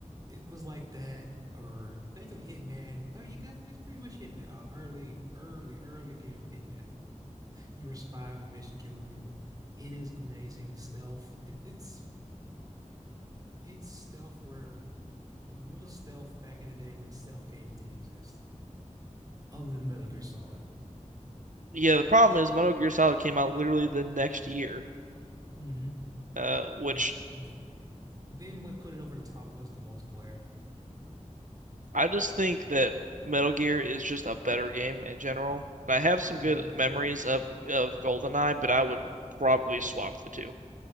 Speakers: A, on the right; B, on the right.
A: it was like that, or think of Hitman. Well, you got it's pretty much Hitman, uh, early, early, early game of Hitman. You're a spy on a mission killing people. It is amazing stealth. It, it's it's stealth where it was stealth back in the day when stealth games didn't exist, other than Metal Gear Solid.
B: Yeah, the problem is Metal Gear Solid came out literally the next year,
A: hmm
B: uh, which
A: But, but then what put it over the top was the multiplayer.
B: I just think that Metal Gear is just a better game in general. I have some
A: hmm
B: good memories of of GoldenEye, but I would probably swap the two.